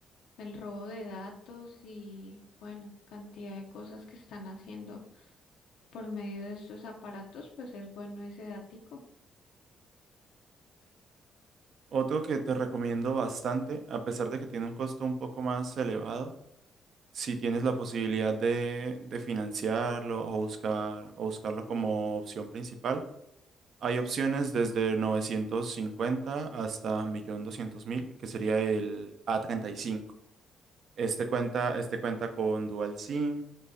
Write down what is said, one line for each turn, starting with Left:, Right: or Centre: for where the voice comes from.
Left: el robo de datos y bueno, cantidad de cosas que están haciendo por medio de estos aparatos, pues es bueno ese datico.
Right: Otro que te recomiendo bastante, a pesar de que tiene un costo un poco más elevado, si tienes la posibilidad de, de financiarlo o buscar, o buscarlo como opción principal, hay opciones desde 950 hasta un millón doscientos mil que sería el a treinta y cinco Este cuenta, este cuenta con Dual SIM,